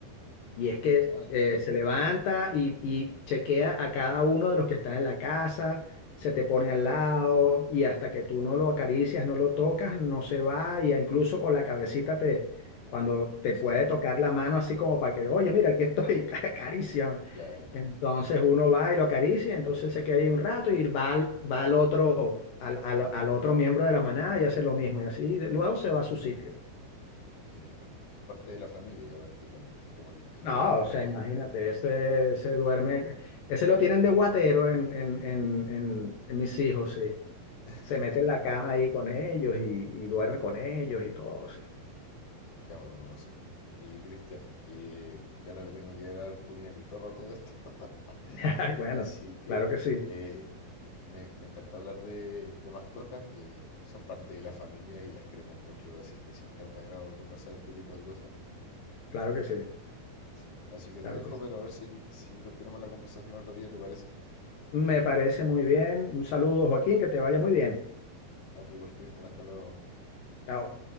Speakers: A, on the left (about 70°); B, on the left (about 45°).
A: Y es que
B: Ah, ya,
A: eh, se levanta y, y chequea a cada uno de los que están en la casa, se te pone al lado y hasta que tú no lo acaricias, no lo tocas, no se va y incluso con la cabecita te, cuando te
B: <laughs>
A: puede tocar la mano así como para que, oye, mira, aquí estoy, <laughs> acaríciame.
B: claro.
A: Entonces uno va y lo acaricia, entonces se queda ahí un rato y va al, va al otro, al, al, al otro miembro de la manada y hace lo mismo y así luego se va a su sitio.
B: Mira, es parte de la familia ya prácticamente, es como el, el
A: No,
B: guardia
A: o sea,
B: de la...
A: imagínate, ese, ese duerme, ese lo tienen de guatero en, en, en, en, en mis hijos, sí.
B: <laughs>
A: Se mete en la cama ahí con ellos y, y duerme con ellos y todo, sí.
B: Qué amoroso. y Cristian, eh, yo ahora le tengo que dar comida a mi perro todo esto. <laughs>
A: <laughs> Bueno,
B: Así que
A: claro que sí,
B: eh, me, me encantó hablar de, de mascotas. eh, son parte de la familia y las queremos mucho, así que siempre es un agrado conversar este tipo de cosas.
A: claro que sí,
B: Sí, así que te
A: claro
B: dejo,
A: que sí.
B: pero a ver si, si continuamos la conversación otro día, ¿te parece?
A: Me parece muy bien. Un saludo, Joaquín, que te vaya muy bien.
B: A ti igual, Cristian, hasta luego.
A: Chao.